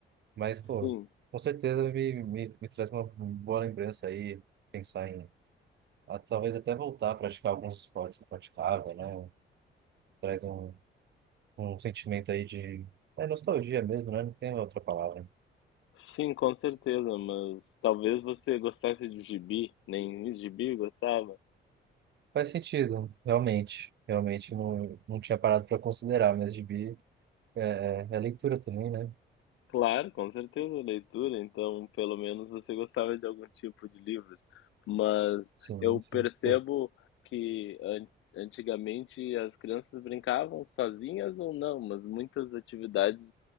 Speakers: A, on the right; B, on the left.
A: Mas,
B: Sim,
A: pô, com certeza me, me, me traz uma boa lembrança aí, pensar em ah, Talvez até voltar a praticar alguns esportes que praticava, né? Traz um, um sentimento aí de é, nostalgia mesmo, né? Não tem outra palavra.
B: sim, com certeza, mas talvez você gostasse de gibi, nem gibi gostava.
A: Faz sentido, realmente. Realmente não, não tinha parado para considerar, mas gibi é, é, é leitura também, né?
B: Claro, com certeza, leitura. Então, pelo menos você gostava de algum tipo de livros. Mas
A: Sim,
B: eu
A: sim.
B: percebo
A: Pô,
B: que an- antigamente as crianças brincavam sozinhas ou não, mas muitas atividades